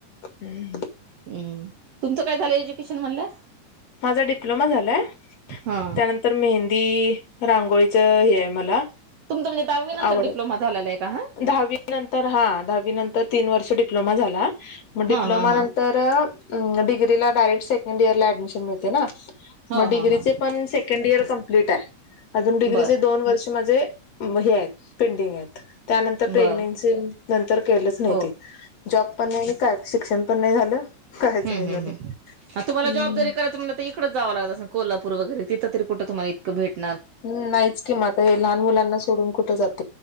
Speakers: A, on the left; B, on the right.
A: हम्म.
B: हम्म तुमचं काय झालं एज्युकेशन म्हटला?
A: माझा डिप्लोमा झालाय
B: हा
A: त्यानंतर मेहंदी रांगोळीच हे आहे मला.
B: तुमच म्हणजे दहावी नंतर
A: आवड
B: डप्लोमा झालेला आहे का हा?
A: दहावी नंतर हा दहावी नंतर तीन वर्ष डिप्लोमा झाला. मग डिप्लोमा
B: हा हा
A: नंतर
B: हा
A: डिग्रीला डायरेक्ट सेकंड इयरला ऍडमिशन मिळते ना.
B: हो
A: मग
B: हा
A: डिग्रीचे
B: हा
A: पण सेकंड इर कंप्लीट ए अजून डिग्रीचे
B: बर
A: दोन वर्ष ते माझे हे हायत पेंटिंग हायत. त्यानंतर प्रेग्नेन्सी
B: बर
A: नंतर केलंच नाही
B: हो
A: ते जॉब पण नाही काय शिक्षण पण नाही झालं. काहीच
B: हम्म
A: नाही
B: हम्म
A: झालं.
B: हम्म तुम्हाला
A: हम्म.
B: जॉब जरी करायं म्हटलं इकडच जावं लागत अस कोल्हापूर वगैरे तिथ तरी कुठ तुम्हाला इतकं भेट
A: हुं नाहीच कि म आता हे लहान मुलांना सोडून कुठं जात